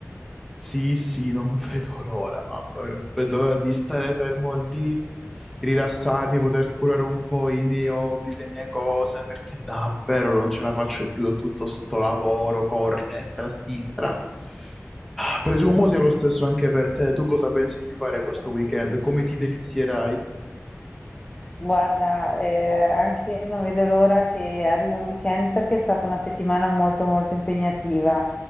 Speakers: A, in the centre; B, on the left (about 20°).
A: Sì, sì, non <laughs> vedo l'ora, mamma mia, non vedo l'ora di stare fermo lì, rilassarmi, poter curare un po' i miei hobby, le mie cose, perché davvero non ce la faccio più tutto sto lavoro, corri destra, sinistra. Ah, Presumo sia lo stesso anche per te. Tu cosa pensi di fare questo
B: Sì,
A: weekend? Come ti delizierai?
B: Guarda, eh, anche io non vedo l'ora che arrivi il weekend perché è stata una settimana molto molto impegnativa.